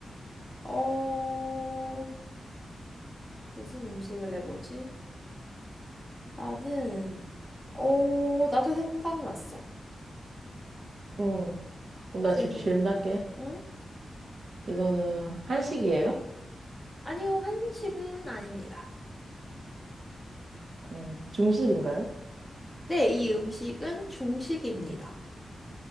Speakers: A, in the centre; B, on the right.
A: 어, 무슨 음식을 내보지? 나는, 어, 나도 생각났어.
B: 응. 응. 그럼 나
A: 질문을.
B: 질- 질문할게.
A: 응?
B: 이거는 한식이에요?
A: 아니요, 한식은 아닙니다.
B: 어, 중식인가요?
A: 네, 이 음식은 중식입니다.